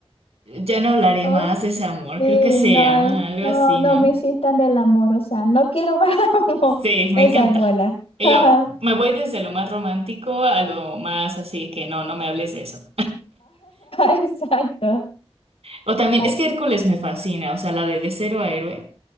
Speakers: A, on the right; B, on the left.
A: Ya no hablaré
B: Oh,
A: más de ese amor.
B: sí,
A: Creo que se
B: no,
A: llama
B: eh,
A: algo
B: no,
A: así,
B: no
A: ¿no?
B: me incitan del amor, o sea, no quiero ver <laughs> amor.
A: Sí, me
B: Esa
A: encanta.
B: es buena.
A: Y
B: <laughs>
A: yo me voy desde lo más romántico a lo más así que no, no me hables de eso.
B: Exacto.
A: O también,
B: Ay,
A: es que Hércules me fascina, o sea, la de de cero a héroe.